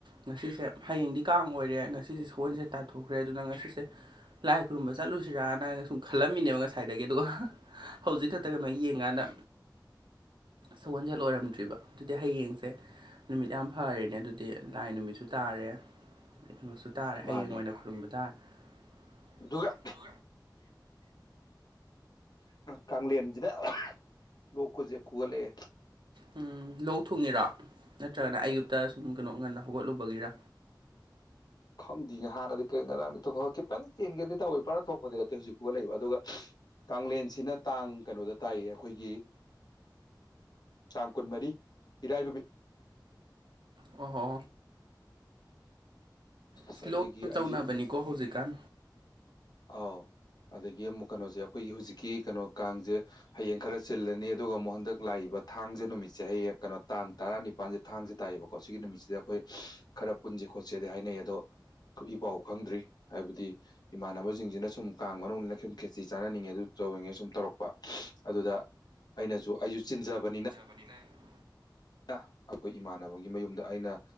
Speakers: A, on the right; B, on the left.
A: ꯉꯁꯤꯁꯦ ꯍꯥꯌꯦꯡꯗꯤ ꯀꯥꯡ ꯑꯣꯏꯔꯦ ꯉꯁꯤꯁꯦ ꯁꯒꯣꯟꯁꯦꯟ ꯇꯥꯊꯣꯛꯈ꯭ꯔꯦ ꯑꯗꯨꯅ ꯉꯁꯤꯁꯦ ꯂꯥꯏ ꯈꯨꯔꯨꯝꯕ ꯆꯠꯂꯨꯁꯤꯔꯥꯅ ꯁꯨꯝ ꯈꯜꯂꯝꯃꯤꯅꯦꯕ ꯉꯁꯥꯏꯗꯒꯤ ꯑꯗꯨꯒ ꯍꯧꯖꯤꯛ ꯈꯛꯇ ꯀꯩꯅꯣ ꯌꯦꯡꯉꯥꯟꯗ ꯁꯧꯍꯣꯟꯁꯦꯜ ꯑꯣꯏꯔꯝꯗ꯭ꯔꯤꯕ ꯑꯗꯨꯗꯤ ꯍꯌꯦꯡꯁꯦ ꯅꯨꯃꯤꯠ ꯌꯥꯝ ꯐꯔꯦꯅꯦ ꯑꯗꯨꯗꯤ ꯂꯥꯏ ꯅꯨꯃꯤꯠꯁꯨ ꯇꯥꯔꯦ ꯩ ꯀꯩꯅꯣꯁꯨ ꯇꯥꯔꯦ
B: ꯃꯥꯅꯦ
A: ꯍꯌꯦꯡ ꯑꯣꯏꯅ ꯈꯨꯔꯨꯝꯕ ꯇꯥꯔꯦ
B: ꯑꯗꯨꯒ ꯀꯥꯡꯂꯦꯟꯁꯤꯗ ꯂꯣꯛꯀꯁꯦ ꯈꯨꯍꯠꯂꯛꯑꯦ꯫
A: ꯎꯝ ꯂꯣꯛ ꯊꯨꯡꯉꯤꯔꯥ ꯅꯠꯇ꯭ꯔꯒꯅ ꯑꯌꯨꯛꯇꯥ ꯁꯨꯝ ꯀꯩꯅꯣ ꯉꯟꯅ ꯍꯧꯒꯠꯂꯨꯕꯒꯤꯔꯥ
B: ꯈꯪꯗꯤꯌꯦ ꯍꯥꯟꯅꯗꯤ ꯀꯔꯤꯝ ꯉꯔꯥꯡꯗ ꯊꯣꯡꯒ ꯈꯤꯇꯪ ꯆꯦꯟꯒꯦꯗꯤ ꯇꯧꯋꯤ ꯄꯨꯔ ꯊꯣꯡꯕꯗꯤ ꯅꯠꯇꯦ ꯍꯧꯖꯤꯛ ꯈꯨꯒꯠꯂꯛꯏꯕ ꯑꯗꯨꯒ ꯀꯦꯟꯁꯤꯅ ꯇꯥꯡ ꯀꯩꯅꯣꯗ ꯇꯥꯏꯌꯦ ꯑꯩꯈꯣꯏꯒꯤ ꯇꯥꯡ ꯀꯨꯟꯃꯔꯤ ꯏꯔꯥꯏ ꯅꯨꯃꯤꯠ
A: ꯍꯣ ꯍꯣ ꯍꯣ
B: ꯑꯁ
A: ꯏꯁ
B: ꯑꯗꯨꯒꯤ
A: ꯂꯣꯛ ꯌꯥꯝ
B: ꯑꯩꯁꯨ
A: ꯇꯧꯅꯕꯅꯤꯀꯣ ꯍꯧꯖꯤꯛꯀꯥꯟ꯫
B: ꯑꯥꯎ ꯑꯗꯒꯤ ꯑꯃꯨꯛ ꯀꯩꯅꯣꯁꯦ ꯑꯩꯈꯣꯏꯒꯤ ꯍꯧꯖꯤꯛꯀꯤ ꯀꯩꯅꯣ ꯀꯥꯡꯖꯦ ꯍꯌꯦꯡ ꯈꯔ ꯆꯤꯜꯂꯅꯤ ꯑꯗꯨꯒ ꯑꯃꯨꯛ ꯍꯟꯗꯛ ꯂꯥꯛꯏꯕ ꯊꯥꯡꯁꯦ ꯅꯨꯃꯤꯠꯁꯦ ꯍꯌꯦꯡ ꯀꯩꯅꯣ ꯇꯥꯡ ꯇꯔꯥꯅꯤꯄꯥꯟꯁꯦ ꯊꯥꯡꯁꯦ ꯇꯥꯏꯌꯦꯕꯀꯣ ꯀꯣ ꯁꯤꯒꯤ ꯅꯨꯃꯤꯠꯁꯤꯗ ꯑꯩꯈꯣꯏ ꯈꯔ ꯄꯨꯟꯁꯦ ꯈꯣꯠꯁꯦꯗꯤ ꯍꯥꯏꯅꯩ ꯑꯗꯣ ꯏ ꯄꯥꯎ ꯈꯪꯗ꯭ꯔꯤ ꯍꯥꯏꯕꯗꯤ ꯏꯃꯥꯟꯅꯕ ꯁꯤꯡꯁꯤꯅ ꯁꯨꯝ ꯀꯥꯡ ꯃꯅꯨꯡꯗꯅ ꯁꯨꯝ ꯈꯦꯆꯤ ꯆꯥꯟꯅꯅꯤꯡꯉꯦ ꯑꯗꯨ ꯇꯧꯔꯤꯤꯉꯩ ꯁꯨꯝ ꯇꯧꯔꯛꯄ ꯑꯗꯨꯗ ꯑꯩꯅꯁꯨ ꯑꯩꯁꯨ ꯆꯤꯟꯖꯕꯅꯤꯅ
A: <unintelligible>
B: ꯑꯩꯈꯣꯏ ꯏꯃꯥꯟꯅꯕꯒꯤ ꯃꯌꯨꯝꯗ ꯑꯩꯅ